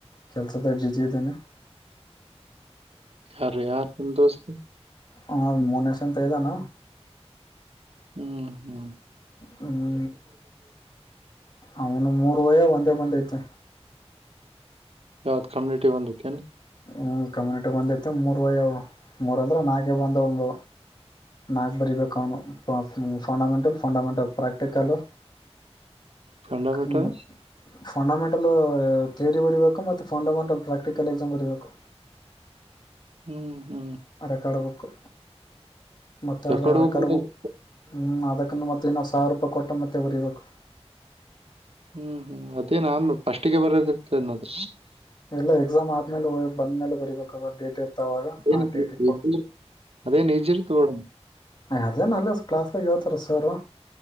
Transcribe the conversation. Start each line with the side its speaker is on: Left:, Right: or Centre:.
Left: ಕೆಲ್ಸುದಲ್ ಬಿಸಿ ಇದಿನಿ.
Right: ಯಾರು ಯಾರು ನಿಮಾ ದೋಸ್ತ್
Left: ಹ ಮನೇಶ್ ಅಂತ ಇದಾನ.
Right: ಹ್ಮ ಹ್ಮ
Left: ಹ್ಮ್ ಅವನು ಮೂರ್ ಹೋಗವೆ ಒಂದೇ ಬಂದೈತೆ.
Right: ಯಾವ್ದ್ ಕಮ್ಯುನಿಟಿ ಒಂದ್ <unintelligible>
Left: ಹ್ಮ ಕಮ್ಯುನಿಟಿಗೆ ಒಂದ್ ಐತಿ ಮೂರ್ ಹೋಗ್ಯವ ಮೂರಂದ್ರೆ ನಾಲ್ಕು ಬಂದ ಒಂದು ನಾಲ್ಕ್ ಬರಿಬೇಕು ಅವ್ನು ಫಂಡಮೆಂಟಲ್ ಫಂಡಮೆಂಟಲ್ ಪ್ರಾಕ್ಟಿಕಲ್ಲು,
Right: ಫಂಡಮೆಂಟಲ್
Left: ಹ್ಮ ಫಂಡಮೆಂಟಲು. ಥಿಯೋರಿ ಬರೀಬೇಕು ಮತ್ತು ಫಂಡಮೆಂಟಲ್ ಪ್ರಾಕ್ಟಿಕಲ್ ಎಕ್ಸಾಮ್ ಬರೀಬೇಕು.
Right: ಹ್ಮ್ ಹ್ಮ್
Left: <unintelligible> ಬೇಕು ಮತ್ತ
Right: ರೆಕಾರ್ಡ್
Left: ಅಲ್ಲ ಅರಕಡ್ಬೇಕು
Right: ಹೋಗ್ಬೋದು
Left: ಹ್ಮ್ ಅದಕ್ಕ ಮತ್ ಮತ್ ಇನ್ನ ಸಾವರ್ ರೂಪಾಯಿ ಕೊಟ್ಟ ಮತ್ತೆ ಬರಿಬೇಕು.
Right: ಹ್ಮ್ ಹ್ಮ್ ಅದೇ ನನ್ ಪಸ್ಟಿಗೆ ಬರೋದಿರ್ತನ್ನೋದ್ರ
Left: ಎಲ್ಲ ಎಕ್ಸಾಮ್ ಆದ್ಮೇಲೆ ಬಂದ್ಮೇಲೆ ಬರಿಬೇಕಾ ಡೇಟ್ - ಡೇಟ್ ಇತ್ ಅವಾಗ ಅ
Right: ಏನ್
Left: ಡೇಟಿಗ್ ಪ
Right: ಅದೇನ್ ಈಜಿ ಇರ್ತ ಮೇಡಮ್
Left: ಅದೇ ಅಲ್ಲೆ ಕ್ಲಾಸ್ ಸ ಹೇಳ್ತಾರೆ ಸಾರು